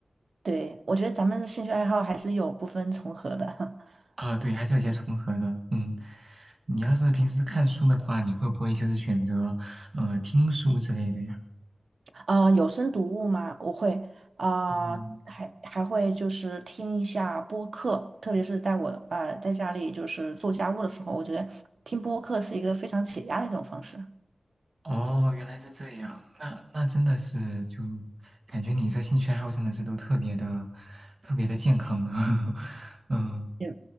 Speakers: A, on the right (about 75°); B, on the right (about 55°).
A: 对，我觉得咱们的兴趣爱好还是有部分重合的。<laughs>
B: 啊，对，还是有些重合的，嗯，你要是平时看书的话，你会不会就是选择，呃，听书之类的呀？
A: 啊、有声读物嘛，我会啊、
B: 嗯。
A: 还还会就是听一下播客，特别是在我呃在家里就是做家务的时候，我觉得听播客是一个非常解压的一种方式。
B: 哦，原来是这样，那那真的是就感觉你这兴趣爱好真的是都特别的、特别的健康呢。<laughs> 嗯
A: 也